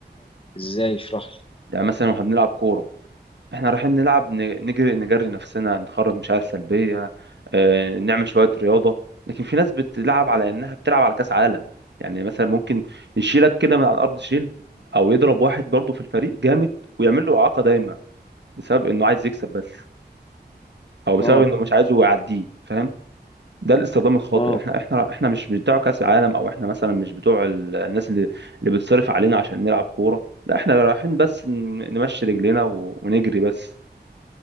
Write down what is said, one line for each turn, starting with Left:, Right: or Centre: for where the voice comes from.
Left: ازاي اشرح لي؟
Right: يعني مثلا واحنا بنلعب كوره احنا رايحين نلعب ن- نجري نجري نفسنا نخرج مشاعر سلبيه آه، نعمل شويه رياضه لكن في ناس بتلعب على انها بتلعب على كاس عالم يعني مثلا ممكن يشيلك كده من على الارض شيل او يضرب واحد برضو في الفريق جامد ويعمل له اعاقه دايما بسبب انه عايز يكسب بس او بسبب
Left: اه
Right: انه مش عايزه يعديه فاهم ده الاستخدام الخاطئ
Left: اه
Right: احنا احنا احنا مش بتوع كاس العالم او احنا مثلا مش بتوع ال- الناس اللي اللي بتصرف علينا عشان نلعب كوره لا احنا رايحين بس ن- نمشي رجلينا و- ونجري بس